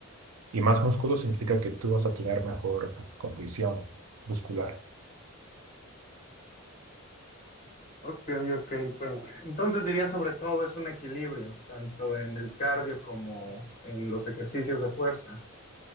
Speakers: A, on the right; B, on the left.
A: Y más músculo significa que tú vas a tener mejor condición muscular.
B: ok, ok, pero entonces diría sobre todo es un equilibrio, tanto en el cardio como en los ejercicios de fuerza.